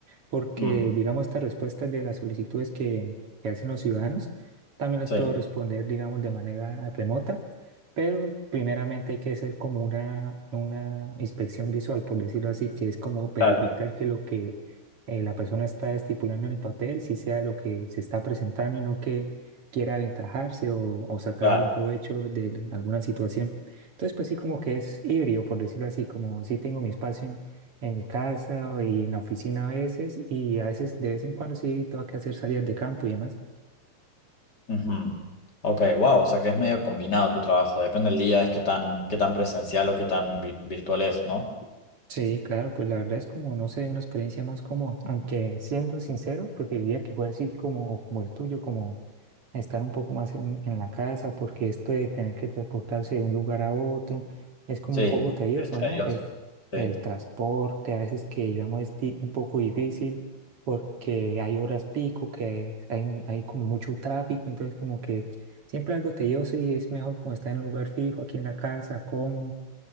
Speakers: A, on the right; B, on the left.
A: porque,
B: mm,
A: digamos, estas respuestas de las solicitudes que, que hacen los ciudadanos, también las
B: sí,
A: puedo responder, digamos, de manera remota, pero primeramente hay que hacer como una, una inspección visual, por decirlo así, que es como verificar
B: claro,
A: que lo que eh, la persona está estipulando en el papel, si sea lo que se está presentando y no que quiera aventajarse o, o sacar
B: claro.
A: algún provecho de alguna situación. Entonces, pues sí, como que es híbrido, por decirlo así, como sí tengo mi espacio en, en mi casa y en la oficina a veces, y a veces de vez en cuando sí tengo que hacer salidas de campo y demás.
B: ujú. Ok, wow, o sea que es medio combinado tu trabajo, depende del día, es qué tan, qué tan presencial o qué tan vi- virtual es, ¿no?
A: Sí, claro, pues la verdad es como, no sé, una experiencia más como, aunque siendo sincero, preferiría que fuera así como, como el tuyo, como estar un poco más en, en la casa, porque esto de tener que transportarse de un lugar a otro es como
B: Sí.
A: un poco tedioso, ¿no?
B: a Dios.
A: El,
B: Sí,
A: el transporte a veces que digamos es di- un poco difícil porque hay horas pico, que hay, hay como mucho tráfico, entonces como que siempre algo tedioso y es mejor como estar en un lugar fijo aquí en la casa, cómodo